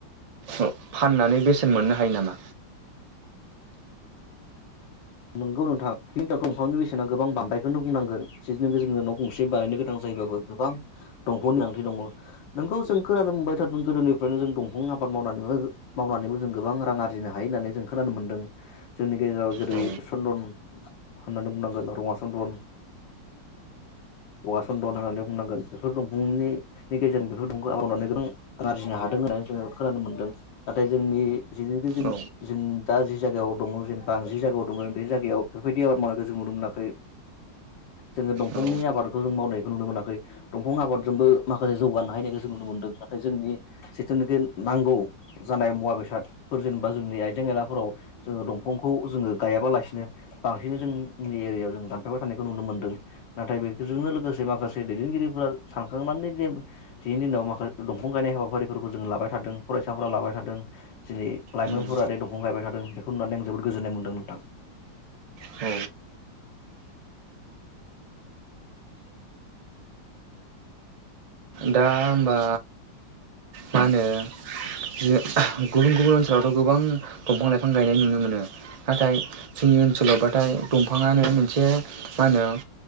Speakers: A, on the right; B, on the left.
A: ओ फाननानै बेसेन मोननो हायो नामा।
B: नोंगौ नोंथां बि दंफांनि बेसेना गोबां बांबायखौनो बुंनांगोन जि <unintelligible> गंसे बानायनो गोनां जायोबाबो गोबां दंफां गोनांथि दंङ नोंगौ जों खोनानो मोनबाय थादोंमोन गोदोनिफ्रायनो जों दंफां आबाद मावनानैबो-मावनानैबो जों गोबां रां आरजिनो हा हायो होननानै जों खोनानो मोन्दों जोंनि गेजेराव जेरै
A: औ
B: चन्दन होननानै बुंनांगोन रङा चन्दन बगा चन्दन होननानै बुंनांगोन बेफोर दंफांनि नि गेजेरजों बेफोर दंफांखौ आबाद मावनानै गोबां आरजिनो हादों होननानै जोंङो खोनानो मोनदों नाथाय जोंनि जिखि ज
A: औ
B: जों दा जायगायाव दंङ जेनबा आंङो जि जायगायाव दं बे जायगायाव बेफोरबायदि आबाद मावनायखौ जों नुनो मोनाखै। जोंङो दंफांनि
A: औ
B: आबादखौ जों मावनायखौ नुनो मोनाखै। दंफां आबाद जोंबो माखासे जौगानो हायनायखौ जों नुनो मोनदों नाथाय जोंनि जिथुनिखि नांगौ जानाय मुवा बेसादफोर जेनेबा जोंनि आयजें आयलाफोराव जोंङो दंफांखौ जोंङो गायाबालासिनो बांसिन जोंनि एरियायाव जों दानफायबाय थानायखौ नुनो मोनदों नाथाय बेजोंनो लोगोसे माखासे दैदेनगिरिफोरा सानखांनानै जे दिनैनि दिनाव माखासे दंफां गायनाय हाबाफारिफोरखौ जों लाबाय थादों फरायसाफोरा लाबाय थादों दिनै लायमोनफोरा
A: औ
B: दे दंफां गायबाय थादों बेखौ नुनानै आं जोबोद गोजोननाय मोन्दों। <unintelligible>
A: औ
B: <inaudible>
A: दा होमबा मा होनो बे गुबुन-गुबुन ओनसोलावथ गोबां दंफां लायफां गायनाय नुनो मोनो नाथाय जोंनि ओनसोलाव बाथाय दंफाङानो मोनसे मा होनो